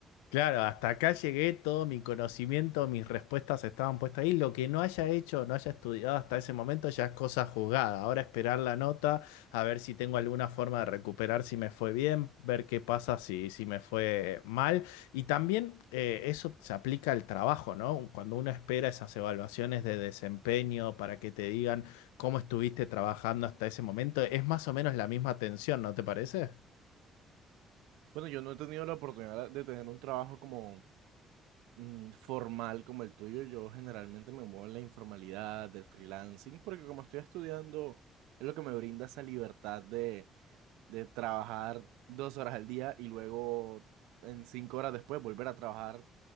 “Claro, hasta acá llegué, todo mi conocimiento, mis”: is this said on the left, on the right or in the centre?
Left